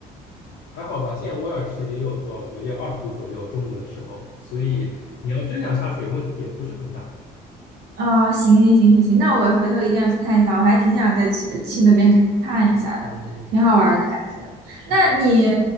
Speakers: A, on the left (about 85°); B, on the right (about 75°).
A: 还好吧。现在威尔士也有多少度，也有二十度左右，中午的时候，所以你要真想下水，问题也不是很大。
B: 啊，行行行行行，那我回头一定要去看一下，我还挺想再去去那边看看一下的，
A: 嗯嗯，
B: 挺好玩儿的感觉。
A: 是的，
B: 那你
A: 嗯